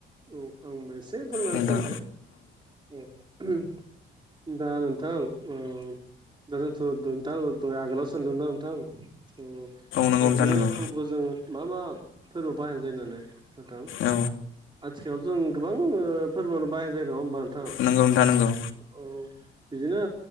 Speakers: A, on the right; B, on the left.
A: औ आंबो एसे फोरमानोसै
B: नोंथां
A: नोंथां औ दा नोंथां दा दोनथ' दों नोंथां दहाय आगोलाव सोंदोंमोनना नोंथां औ
B: नंगौ
A: दा
B: नोंथां
A: बिदिनो
B: नंगौ
A: जौबो जों मा मा फोरबो बाहायनाय जायो नालाय नोंथां
B: औ
A: आथिखालाव जों गोबां फोरबोआवनो बाहाय जायो नङा होमबा नोंथां
B: नंगौ नोंथां नंगौ
A: औ बिदिनो